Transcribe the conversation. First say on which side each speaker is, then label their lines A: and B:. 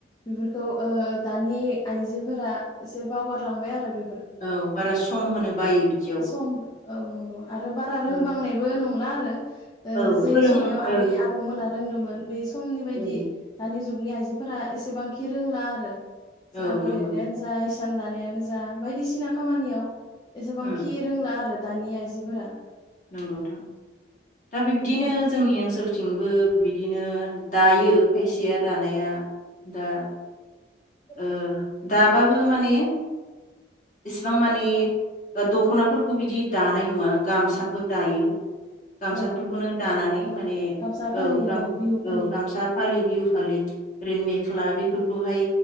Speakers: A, on the left; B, on the left.
A: बेफोरखौ ओ दानि आइजोफोरा एसे बावगारलांबाय आरो बे
B: औ बारा सम होनो बायो बिदियाव।
A: सम औ नंगौ आरो बारा रोंबांनायबो
B: औ
A: नंला उम ओ
B: औ
A: जै
B: फोरों
A: समायाव
B: औ
A: आबै आबौमोना रोंदोमोन बे समनि बायदि
B: औ
A: दानि जुग नि आइजोफोरा एसेबांखि रोंला आरो
B: औ
A: आगर
B: नंगौ
A: एरनायानो जा हि सान दानायानो जा बायदिसि <unintelligible> खामानियाव एसेबांखि
B: उम
A: रोंला आरो। दानि आइजोफोरा
B: नंगौ नोंथां दा बिब्दिनो
A: औ
B: जोंनि ओनसोल थिंबो बिदिनो दायो खायसेया दानाया दा ओ दाबाबो माने इसिबां मानि
A: औ
B: दख'नाफोरखौ बिदि दानाय नुवा गामसाफोर दायो गामसाफोरखौनो
A: औ नंगौ
B: दानानै माने
A: गामसा फालि
B: औ गाम
A: बिहु फालि
B: औ गामसा फालि बिहु फालि ओरैनो मेख्ला बे फोरखौहाय